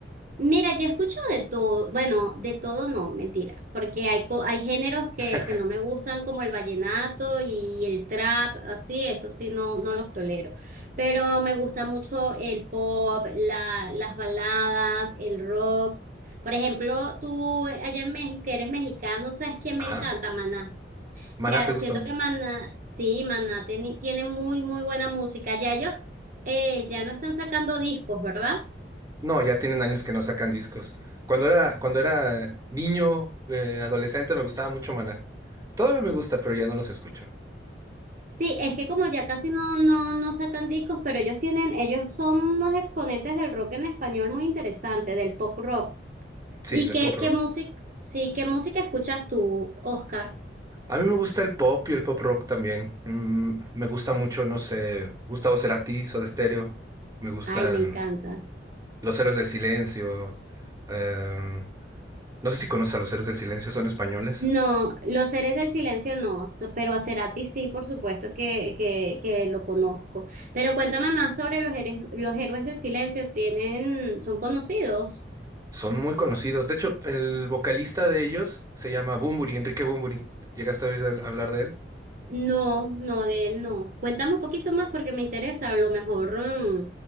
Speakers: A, on the right (about 50°); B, on the right (about 20°).
A: Mira, yo escucho de todo, bueno, de todo no, mentira, porque hay, co- hay géneros que,
B: <laughs>
A: que no me gustan como el vallenato y el trap, así, eso sí, no, no los tolero, pero me gusta mucho el pop, la, las baladas, el rock. Por ejemplo, tú eh, allá en México, que eres mexicano, sabes que me
B: Ajá.
A: encanta Maná.
B: Maná
A: O sea,
B: te
A: siento
B: gusta mucho.
A: que Maná, sí, Maná tiene, tiene muy, muy buena música. Ya ellos eh, ya no están sacando discos, ¿verdad?
B: No, ya tienen años que no sacan discos. Cuando era, cuando era niño, eh, adolescente, me gustaba mucho Maná. Todavía me gusta, pero ya no los escucho.
A: Sí, es que como ya casi no, no, no sacan discos, pero ellos tienen, ellos son unos exponentes del rock en español muy interesante, del pop rock. ¿Y
B: Sí, del
A: qué,
B: pop
A: qué
B: rock.
A: música, sí, qué música escuchas tú, Oscar?
B: A mí me gusta el pop y el pop rock también. Mm, me gusta mucho, no sé, Gustavo Cerati, Soda Stereo. Me gustan
A: Ay, me encanta.
B: Los Héroes del Silencio. eh, no sé si conoces a Los Héroes del Silencio, son españoles.
A: No, Los Seres del Silencio no, so- pero a Cerati sí, por supuesto que, que, que lo conozco. Pero cuéntame más sobre los, héroes- los Héroes del Silencio, ¿tienen, son conocidos?
B: Son muy conocidos. De hecho, el vocalista de ellos se llama Bunbury, Enrique Bunbury. ¿Llegaste a oír habl- hablar de él?
A: No, no, de él no. Cuéntame un poquito más porque me interesa. A lo mejor mm,